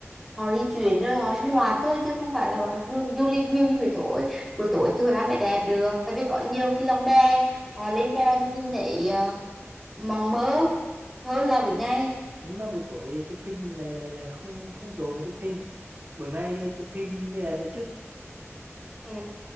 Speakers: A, in the centre; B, on the right.
A: họ đi chuyển rồi họ sinh hoạt thôi chứ không phải là hoạt động du, du lịch nhiều như buổi tối buổi tối thì Hội An mới đẹp được tại vì có nhiều cái lồng đè họ lên đè nên nhìn thấy uh, mộng mơ hơn là buổi ngày
B: nhưng mà buổi tối chụp hình lại lại lại không không chỗ mà chụp hình buổi ngày thì chụp hình mới đẹp đúng chứ
A: Ừ.